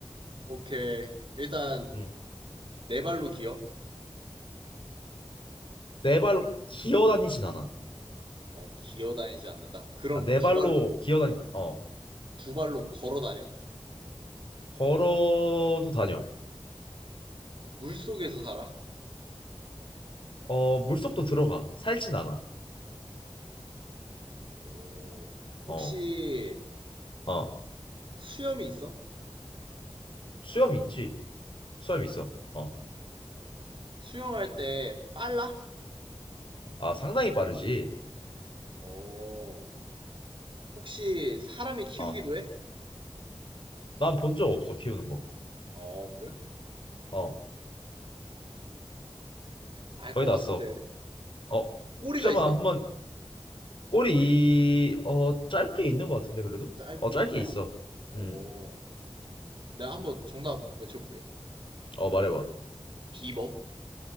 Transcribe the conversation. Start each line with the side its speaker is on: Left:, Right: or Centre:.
Right: 오케이. 일단
Left: 응.
Right: 네 발로 기어.
Left: 네 발로 기어 다니진 않아.
Right: 어 기어 다니지 않는다. 그럼
Left: 아, 네
Right: 두
Left: 발로
Right: 발,
Left: 기어 다니, 어,
Right: 두 발로 걸어 다녀.
Left: 걸어도 다녀.
Right: 물 속에서 살아.
Left: 어, 물속도 들어가. 살진 않아.
Right: 오 혹시
Left: 어, 어.
Right: 수염이 있어?
Left: 수염 있지? 수염 있어. 어.
Right: 수영할 때 빨라?
Left: 아, 상당히 빠르지?
Right: 오. 혹시 사람이 키우기도
Left: 어.
Right: 해?
Left: 난 본 적 없어, 키우는 거.
Right: 어, 그래?
Left: 어.
Right: 알
Left: 거의
Right: 것
Left: 다 써.
Right: 같은데.
Left: 어.
Right: 꼬리가
Left: 혹시나
Right: 있어?
Left: 한번 꼬리, 어, 짧게 있는 것 같은데, 그래도?
Right: 짧게
Left: 어, 짧게
Right: 있다.
Left: 있어.
Right: 오.
Left: 음.
Right: 내가 한번 정답 외쳐볼게.
Left: 어, 말해봐.
Right: 비버?